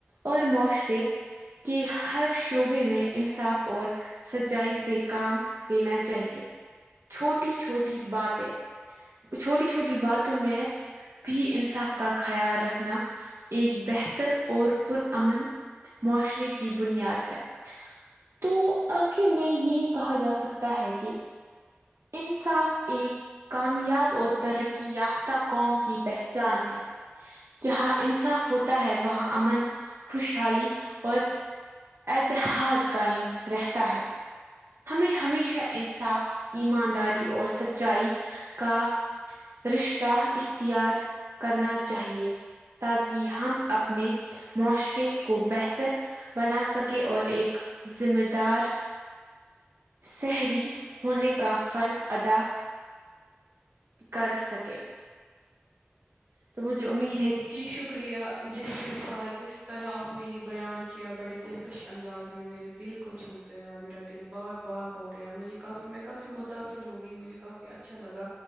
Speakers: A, on the right (about 75°); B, on the right (about 35°).
A: اور معاشرے کہ ہر شعبے میں انصاف اور سچائی سے کام لینا چاہیے چھوٹی چھوٹی باتیں چھوٹی چھوٹی باتوں میں بھی انصاف کا خیال رکھنا ایک بہتر اور پرامن معاشرے کی بنیاد ہے تو آخر میں یہ کہا جا سکتا ہے کہ انصاف ایک کامیاب اور ترقی یافتہ قوم کی پہچان ہے جہاں انصاف ہوتا ہے وہاں امن خوشحالی اور اتحاد قائم رہتا ہے ہمیں ہمیشہ انصاف ایمانداری اور سچائی کا رشتہ اختیار کرنا چاہیے تاکہ ہم اپنے معاشرے کو بہتر بنا سکے اور ایک ذمہ دار سہلی ہونے کا فرض ادا کر سکے تو مجھے امی
B: جی شکریہ جس حساب جس طرح آپ نے یہ بیان کیا بڑے دلکش انداز میں میرے دل کو چھو گیا میرا دل باغ باغ ہو گیا مجھے کافی میں کافی متاثر ہوگی مجھے کافی اچھا لگا